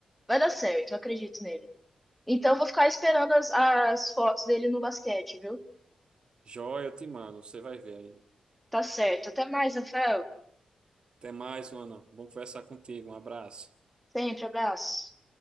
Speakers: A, in the centre; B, on the right.
A: Vai dar certo, eu acredito nele. Então eu vou ficar esperando as, as fotos dele no basquete, viu?
B: Joia, eu te mando, você vai ver aí.
A: Tá certo. Até mais, Rafael.
B: Até mais, Ana. Bom conversar contigo. Um abraço.
A: Sempre, abraço.